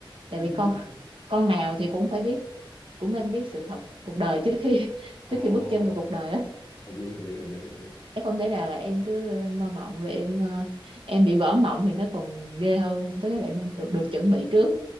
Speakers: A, on the right (about 70°); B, on the left (about 15°).
A: tại
B: ừ
A: vì con con nào thì cũng phải biết cũng nên biết sự thật cuộc đời trước khi
B: ờ
A: trước khi bước chân vào cuộc đời á
B: hợp lý hợp lý hợp lý hợp lý
A: không thể nào là em cứ mơ mộng rồi em ờ, em bị vỡ mộng thì nó còn ghê hơn nên tốt nhất là em nên được, được chuẩn bị trước